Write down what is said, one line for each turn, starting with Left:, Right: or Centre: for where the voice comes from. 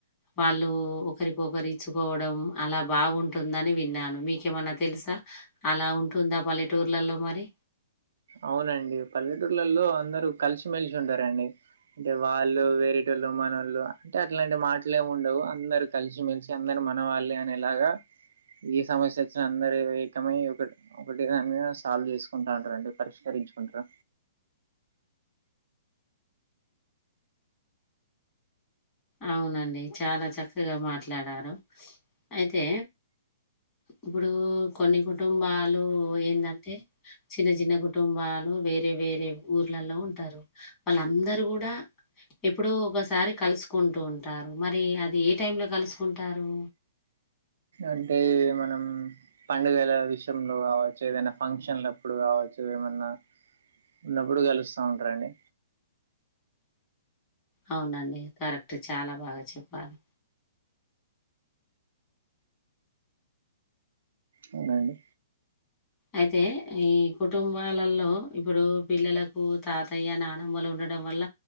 Left: వాళ్ళు ఒకరికొకరూ ఇచ్చుకోవడం అలా బాగుంట టుందని విన్నాను మీకేమన్నా తెలుసా అలా ఉంటుందా పల్లెటూర్లలో మరి
Right: అవునండి పల్లెటూళ్లలో అందరు కలిసిమెలిసి ఉంటారండి అంటే వాళ్ళు రేటోలు మనోళ్లు అంటే అట్లాంటి మాటలే ఉండవు అందరు కలిసిమెలిసి అందరు మనవాళ్లే అనేలాగా ఏ సమస్య వచ్చినా అందరు ఏకమై ఒక ఒకటి దానీ మీద సాల్వ్ చేసుకు కుంటా ఉంటారండి పరిష్కరించుకుంటూ
Left: అవునండి చాలా చక్కగా మాట్లాడారు అయితే ఇప్పుడు కొన్ని కుటుంబాలు ఎందంటే చిన్న చిన్న కుటుంబాలు వేరే వేరే ఊర్లలో ఉంటారు వాళ్ళందరు కూడా ఎప్పుడో ఒకసారి కలుసు కుంటూ ఉంటారు మరి అది ఏ టైంలో కలుసుకుంటారు?
Right: అంటే మనం పండుగల విషయంలో కావచ్చు ఏదైనా ఫంక్షన్లుప్పుడు కావచ్చు ఏమన్నా ఉన్నప్పుడు కలుస్తా ఉంటారండి
Left: అవునండి కరెక్ట్ చాలా బాగా చెప్పారు
Right: అవునండి
Left: అయితే ఈ కుటుంబాలలో ఇప్పుడు పిల్లలకు తాతయ్య నానమ్మలు ఉండడం వల్ల